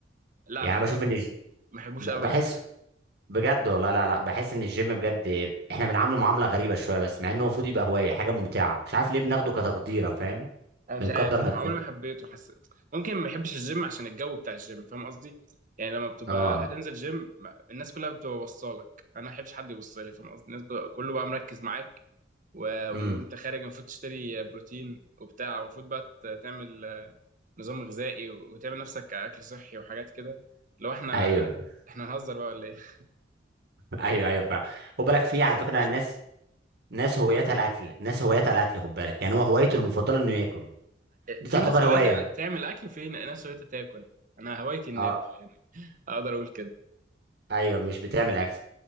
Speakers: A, on the right; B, on the right.
A: لا
B: يعني
A: لا
B: أنا
A: جيم
B: بشوف ان الج...
A: ما بحبوش
B: ب-
A: ابدا
B: بحس بجد والله لا لا بحس ان الجيم بجد احنا بنعامله معامله غريبه شويه بس مع انه المفروض يبقى هوايه حاجه ممتعه مش عارف ليه بناخده كتقديره فاهم
A: انا مش
B: بنقدر
A: عارف انا
B: نفسنا
A: عمري ما حبيته حسيت ممكن ما بحبش الجيم عشان الجو بتاع الجيم فاهم قصدي يعني لما بتبقى
B: اه
A: هتنزل جيم ما- الناس كلها بتبقى وصالك انا ما بحبش حد يوصلي فاهم قصدي الناس بتبقى- كله بقى مركز معاك و- وانت
B: امم
A: خارج المفروض تشتري بروتين وبتاع المفروض بقى ت- تعمل نظام غذائي وتعمل نفسك اكل صحي وحاجات كده لو احنا
B: ايوه <laughs>
A: احنا هنهزر بقى ولا ايه <laughs>
B: ايوه ايوه فعلا خد
A: يعني
B: بالك
A: انت تشوف
B: في على فكره
A: تشوف
B: ناس ناس هوايتها الاكل ناس هوايتها الاكل خد بالك يعني هو هوايته المفضله انه ياكل دي
A: في
B: تعتبر
A: ناس هوايتها
B: هوايه
A: تعمل اكل وفي ناس هوايتها تاكل انا هوايتي اني
B: اه
A: اكل يعني اقدر اقول كده
B: ايوه مش بتعمل اكل